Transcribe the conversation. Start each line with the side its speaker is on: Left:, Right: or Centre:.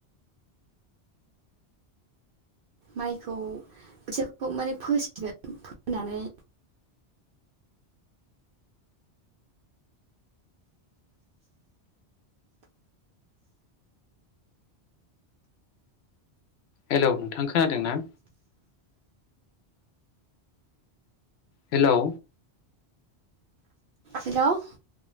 Right: माइखौ खोथियाखौ माने फोसिगोन, फोनानै
Left: हेलौ नोंथां खोनादोंना? हेलौ?
Right: हेलव!